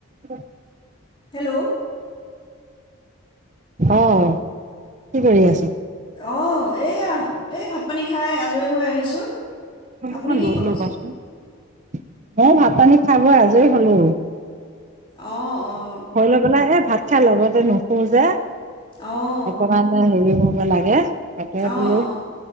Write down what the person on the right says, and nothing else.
<inaudible>
অ', কি কৰি আছা?
<unintelligible>
দূৰত
ল'বাচোন। মইও ভাত-পানী খালোঁ, আজৰি হলোঁ।
লৈ পেলাই এই ভাত খাই লগতে নুশুও যে,
অকণ মান হেৰি হ'ব লাগে, তাকে
বোলোঁ